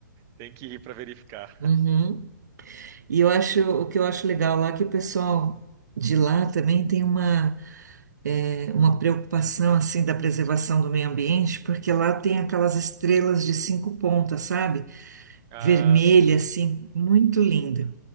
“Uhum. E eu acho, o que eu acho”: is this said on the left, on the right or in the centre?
Right